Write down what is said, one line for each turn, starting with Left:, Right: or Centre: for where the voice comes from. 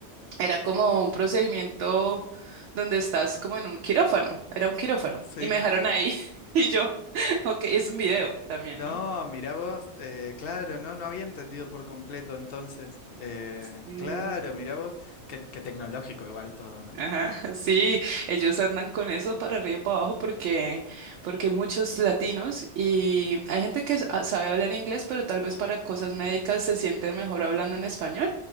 Right: era como un procedimiento donde estás como en un quirófano, era un quirófano,
Left: sí.
Right: y me dejaron ahí <laughs> y yo, <laughs> ok, es un video también,
Left: No,
Right: ¿no?
Left: mirá vos, eh, claro, no, no había entendido por completo entonces. Eh,
Right: Sí,
Left: claro, mirá vos, qué, qué tecnológico igual todo, ¿no?
Right: ajá, <laughs> sí, ellos andan con eso para arriba y para abajo porque, porque hay muchos latinos y hay gente que s- ah, sabe hablar inglés, pero tal vez para cosas médicas se siente mejor hablando en español.